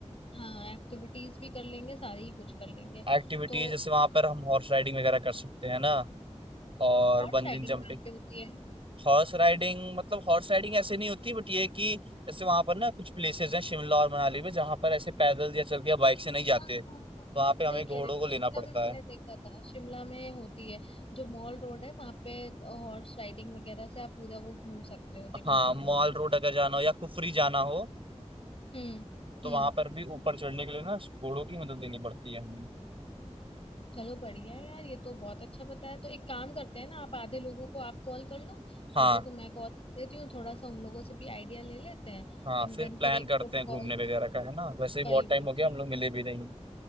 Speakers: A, on the left; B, on the right.
A: हाँ एक्टिविटीज भी कर लेंगे सारी ही कुछ कर लेंगे
B: एक्टिविटीज
A: तो
B: जैसे वहां पर हम हॉर्स राइडिंग वगैरह कर सकते हैं ना और
A: हॉर्स
B: बंजिंग
A: राइडिंग
B: जंपिंग
A: कहाँ पे होती है
B: हॉर्स राइडिंग मतलब हॉर्स राइडिंग ऐसे नहीं होती बट ये है कि जैसे वहां पर ना कुछ प्लेसेस हैं शिमला और मनाली में जहां पर ऐसे पैदल या चल के या बाइक से नहीं जाते
A: हाँ,
B: तो
A: हाँ, हाँ,
B: वहां पे हमें
A: सही
B: घोड़ों
A: कह रहे हो
B: को लेना
A: शिमला
B: पड़ता
A: में मैंने
B: है
A: देखा था शिमला में होती है जो मॉल रोड है वहां पे हॉर्स राइडिंग वगैरह से आप पूरा वो घूम सकते हो देखा
B: हाँ
A: था मैंने
B: मॉल रोड अगर जाना हो या कुफरी जाना हो
A: हम्म
B: तो
A: हम्म
B: वहां पर भी ऊपर चढ़ने के लिए ना घोड़ों की मदद लेनी पड़ती है हमें
A: चलो बढ़िया है यार ये तो बहुत अच्छा बताया तो एक काम करते हैं ना आप आधे लोगों को आप कॉल कर लो
B: हाँ
A: आधों को मैं कॉल कर देती हूँ थोड़ा सा उन लोगों से भी आइडिया ले लेते हैं
B: हाँ
A: एंड
B: फिर
A: देन
B: प्लान
A: फिर एक
B: करते
A: ग्रुप
B: हैं घूमने
A: कॉल
B: वगैरह
A: करके
B: का है
A: भाई
B: ना वैसे भी बहुत टाइम
A: भाई
B: हो
A: भाई
B: गया हम लोग मिले भी नहीं